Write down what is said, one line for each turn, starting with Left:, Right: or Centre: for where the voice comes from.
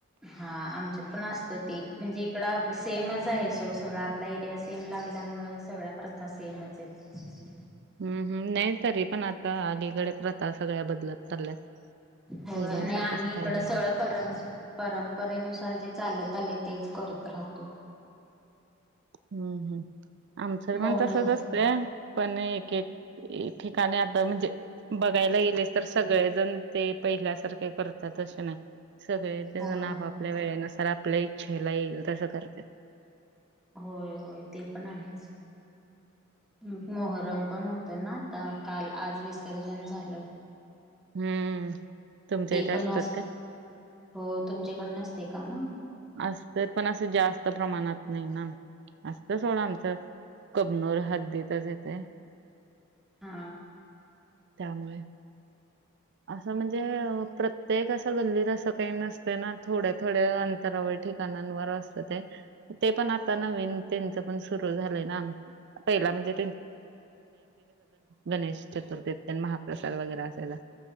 Centre: हा आमच्यात पण असतं ती म्हणजे इकड सेमच आहे सोड सगळं आपला एरिया सेम लागल्यामुळे आपण सर्व एकच आहे मुळेळ सगळ्या प्रथा सेमच आहेत
Right: हम्म हम् नाही तरी पण आता अलीकडे प्रथा सगळ्या बदलत चालल्यात
Centre: हो
Right: पहिल्यासारखंच
Centre: आणि आम्ही इकडं
Right: काय राहिलं
Centre: सगळं
Right: नाही.
Centre: पर परंपरेनुसार जे चालत आले तेच करतो परत लावतो
Right: हम्म हम् आमचंर
Centre: मोहरम.
Right: पण तसच असत पण एक एक ठिकाणी आता म्हणजे बघायला लय लेकर सगळे ते पहिल्या सारखे करतात ना सगळेण
Centre: होय
Right: आपापल्या वेळे न करतो तर आपल्या इच्छेला येईल तसं करते
Centre: होय होय ते पण आहेच मोहरम पण होत ना काल आज विसर्जन झालं
Right: हम्म तुमच्या
Centre: ते
Right: इथे
Centre: पण
Right: असतात का
Centre: हो तुमच्याकड नसते का मग
Right: आसं पणस जास्त प्रमाणात निणाम आसपास हा कबुणुर हा दिवसात होत आहे
Centre: आ
Right: त्यामुळे असं म्हणजे प्रत्येक असं गल्लीत का न ना थोड थोड अंतरा ठण अस पण आ ताई त्याच्या पण सुरू झाले ना पहिला म्हणजे गणेश चतुर्थी महाप्रसाद वगैरे असायला